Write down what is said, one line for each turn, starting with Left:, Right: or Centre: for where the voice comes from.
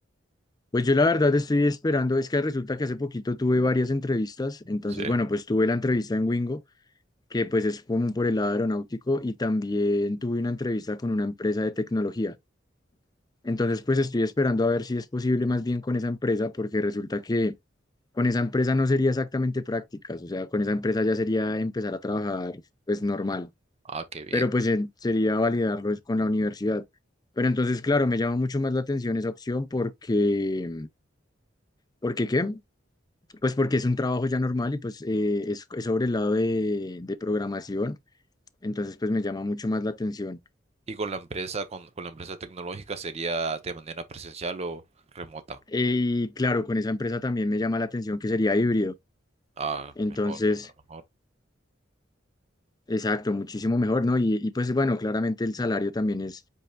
Left: Pues yo la verdad estoy esperando, es que resulta que hace poquito tuve varias entrevistas, entonces
Right: Sí.
Left: bueno, pues tuve la entrevista en Wingo, que pues es como por el lado aeronáutico, y también tuve una entrevista con una empresa de tecnología. Entonces pues estoy esperando a ver si es posible más bien con esa empresa, porque resulta que con esa empresa no sería exactamente prácticas, o sea, con esa empresa ya sería empezar a trabajar pues normal,
Right: Ah, qué bien.
Left: pero pues eh, sería validarlo es con la universidad. Pero entonces, claro, me llama mucho más la atención esa opción porque... ¿Por qué qué? Pues porque es un trabajo ya normal y pues eh, es, es sobre el lado de, de programación, entonces pues me llama mucho más la atención.
Right: ¿Y con la empresa, con, con la empresa tecnológica sería de manera presencial o remota?
Left: Eh, Y claro, con esa empresa también me llama la atención que sería híbrido,
Right: Ah,
Left: entonces,
Right: mejor, súper mejor.
Left: exacto, muchísimo mejor, ¿no? Y, y, pues bueno, claramente el salario también es